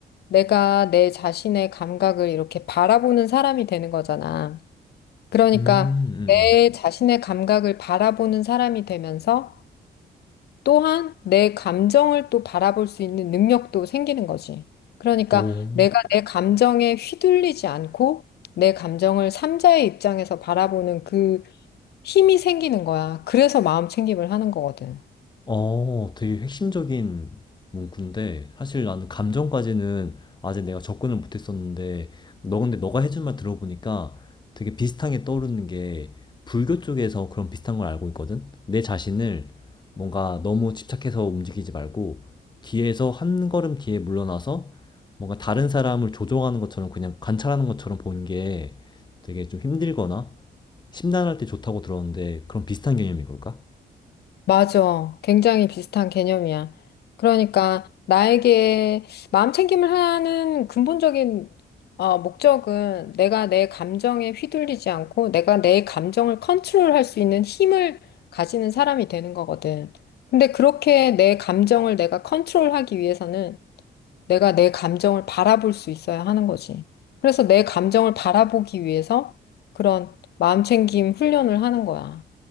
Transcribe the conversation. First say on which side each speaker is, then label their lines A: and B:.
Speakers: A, on the left (about 85°); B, on the left (about 25°).
A: 내가 내 자신의 감각을 이렇게 바라보는 사람이 되는 거잖아. 그러니까
B: 음, 음,
A: 내
B: 음.
A: 자신의 감각을 바라보는 사람이 되면서, 또한 내 감정을 또 바라볼 수 있는 능력도 생기는 거지. 그러니까
B: 오,
A: 내가 내 감정에 휘둘리지 않고, 내 감정을 삼자의 입장에서 바라보는 그 힘이 생기는 거야. 그래서 마음 챙김을 하는 거거든.
B: 어, 되게 핵심적인 문구인데, 사실 나는 감정까지는 아직 내가 접근을 못했었는데, 너 근데 너가 해준 말 들어보니까 되게 비슷한 게 떠오르는 게, 불교 쪽에서 그런 비슷한 걸 알고 있거든? 내 자신을 뭔가 너무 집착해서 움직이지 말고, 뒤에서 한 걸음 뒤에 물러나서 뭔가 다른 사람을 조종하는 것처럼 그냥 관찰하는 것처럼 보는 게 되게 좀 힘들거나 심란할 때 좋다고 들었는데, 그런 비슷한 개념인 걸까?
A: 맞아. 굉장히 비슷한 개념이야. 그러니까 나에게 마음 챙김을 하는 근본적인 어, 목적은 내가 내 감정에 휘둘리지 않고 내가 내 감정을 컨트롤할 수 있는 힘을 가지는 사람이 되는 거거든. 근데 그렇게 내 감정을 내가 컨트롤하기 위해서는 내가 내 감정을 바라볼 수 있어야 하는 거지. 그래서 내 감정을 바라보기 위해서 그런 마음챙김 훈련을 하는 거야.